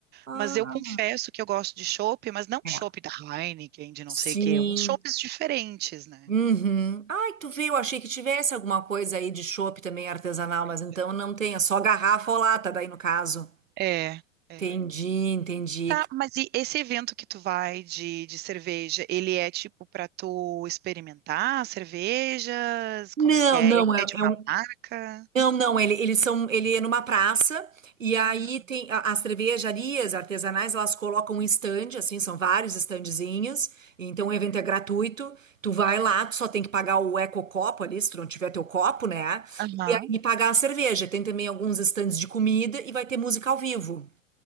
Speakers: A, on the right (about 80°); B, on the right (about 25°).
A: Ah,
B: Mas eu confesso que eu gosto de chopp, mas não
A: é.
B: chopp da Heineken, de não sei
A: Sim.
B: o quê, uns chopps diferentes, né?
A: Uhum. Ai, tu viu? Achei que tivesse alguma coisa aí de chopp também artesanal,
B: Pois
A: mas então não tem, é só garrafa ou lata, daí no caso.
B: é. É, é.
A: Entendi, entendi.
B: Tá, mas e esse evento que tu vai de, de cerveja, ele é tipo pra tu experimentar cervejas? Como
A: Não,
B: é que é?
A: não, é,
B: É de
A: é
B: uma
A: um.
B: marca?
A: Não, não, ele, eles são. Ele é numa praça, e aí
B: Uhum,
A: tem a- as cervejarias artesanais, elas colocam um stand, assim, são vários standzinhos, então
B: uhum.
A: o evento é gratuito. Tu vai lá, tu só tem que pagar o ecocopo ali, se tu não tiver teu copo, né?
B: Aham.
A: E, e pagar a cerveja. Tem também alguns stands de comida e vai ter música ao vivo.